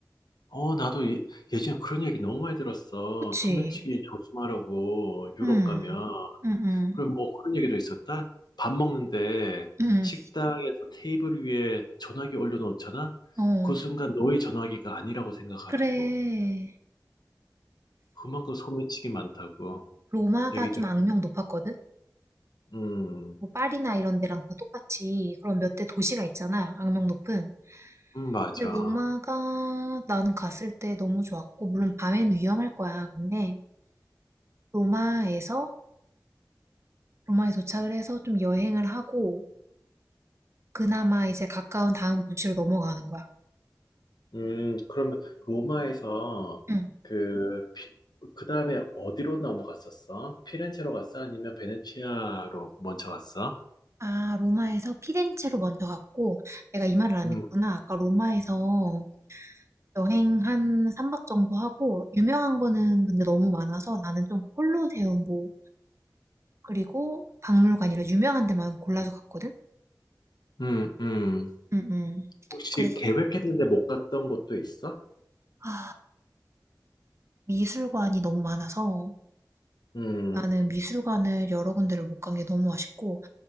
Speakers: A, on the left; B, on the right.
A: 어, 나도 예, 예전에 그런 얘기 너무 많이 들었어.
B: 그치?
A: 소매치기 조심하라고, 유럽
B: 음,
A: 가면.
B: 음, 음,
A: 그리고 뭐 그런 얘기도 있었다. 밥 먹는데
B: 음,
A: 식당에서 테이블 위에 전화기 올려놓잖아?
B: 어.
A: 그 순간 너의 전화기가 아니라고 생각하라고.
B: 그래.
A: 그만큼 소매치기 많다고.
B: 로마가
A: 얘기
B: 좀
A: 들어.
B: 악명 높았거든?
A: 음,
B: 뭐 파리나 이런 데랑 다 똑같이 그런 몇 대 도시가 있잖아, 악명 높은.
A: 음, 맞아.
B: 근데 로마가 나는 갔을 때 너무 좋았고, 물론 밤엔 위험할 거야. 근데 로마에서, 로마에 도착을 해서 좀 여행을 하고, 그나마 이제 가까운 다음 도시로 넘어가는 거야.
A: 음, 그러면 로마에서
B: 응.
A: 그, 피, 그 다음에 어디로 넘어갔었어? 피렌체로 갔어? 아니면 베네치아로 먼저 갔어?
B: 아, 로마에서 피렌체로 먼저 갔고, 내가 이 말을 안
A: 음,
B: 했구나. 아까 로마에서 여행 한 3박 정도 하고, 유명한 거는 근데 너무 많아서 나는 좀 콜로세움, 뭐, 그리고 박물관이라 유명한 데만 골라서 갔거든?
A: 음, 음.
B: 응응.
A: 혹시
B: 그래,
A: 계획했는데 못 갔던 곳도 있어?
B: 아, 미술관이 너무 많아서
A: 음.
B: 나는 미술관을 여러 군데를 못 간 게 너무 아쉽고,